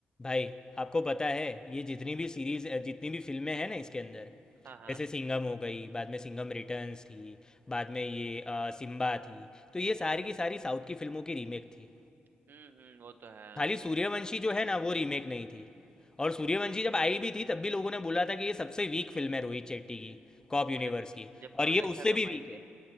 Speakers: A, on the left; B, on the right.
A: भाई आपको पता है ये जितनी भी सीरीज जितनी भी फिल्में हैं ना इसके अंदर
B: हाँ हाँ
A: जैसे सिंघम हो गई बाद में सिंघम रिटर्न्स थी बाद में ये अ, सिम्बा थी तो ये सारी की सारी साउथ की फिल्मों की रीमेक थी
B: हम्म हम्म वो तो है
A: खाली सूर्यवंशी जो है ना वो रीमेक नहीं थी और सूर्यवंशी जब आई भी थी तब भी लोगों ने बोला था कि ये सबसे वीक फिल्म है रोहित शेट्टी की कॉप यूनिवर्स
B: और जब
A: की
B: जबकि
A: और
B: वही
A: ये
B: अच्छा
A: उससे
B: कमाई
A: भी वीक
B: थी
A: है